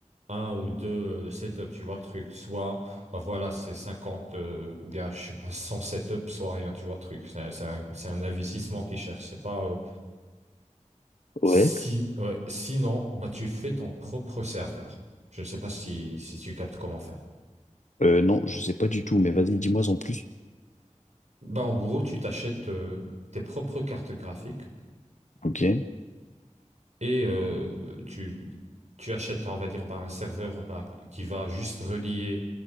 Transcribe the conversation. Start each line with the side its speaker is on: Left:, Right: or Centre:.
Right: un ou deux euh, setups. Tu vois le truc, soit bah voilà, c'est 50 euh, ou bien je sais pas 100 setups, soit rien. Tu vois le truc. C'est c'est un, c'est un investissement qu'ils cherchent. C'est pas euh,
Left: Ouais.
Right: si ouais. Sinon, bah tu fais ton propre serveur. Je ne sais pas si si tu captes comment faire.
Left: Euh, non, je sais pas du tout, mais vas-y, dis-moi en plus.
Right: Bah en gros, tu t'achètes euh, tes propres cartes graphiques.
Left: Ok.
Right: et euh, tu, tu achètes, on va dire, bah, un serveur bah, qui va juste relier